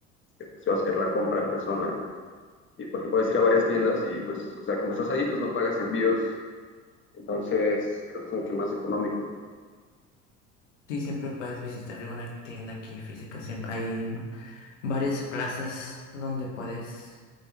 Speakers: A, on the left; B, on the left.
A: este, pues, yo hacer la compra en persona. Y porque puedes ir a varias tiendas y pues, o sea, como estás ahí, pues no pagas envíos. Entonces, creo que es mucho más económico.
B: Sí, siempre puedes visitar alguna tienda aquí física. Siempre hay varias plazas donde puedes